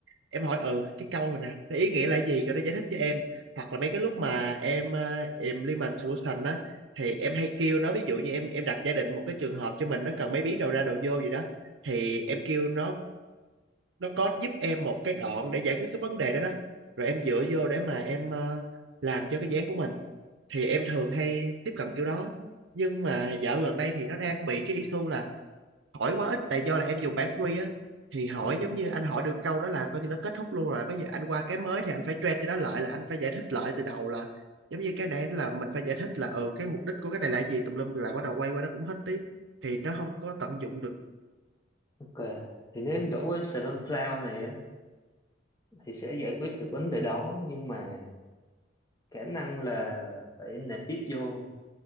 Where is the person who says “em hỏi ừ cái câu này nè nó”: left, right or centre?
Right